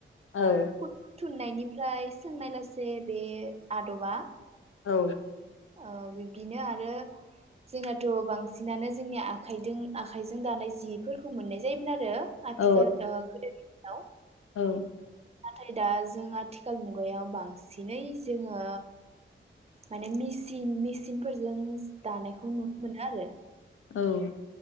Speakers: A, on the left; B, on the right.
A: औ
B: खुन्दुं थुननायनिफ्राय सोंनाय लासे बे आदबा
A: औ
B: ओ बिब्दिनो आरो जोंनाथ बांसिनानो जोंनि आखाइदों आखाइजों दानाय जिफोरखौ मोननाय जायोमोन आरो आथिखाल
A: औ
B: ओ गोदोनि औ
A: औ
B: नाथाय दा जों आथिखाल मुगायाव बांसिनै जोङो माने मेसिन मेसिन फोरजों दानायखौ नु नो मोनो। आरो
A: औ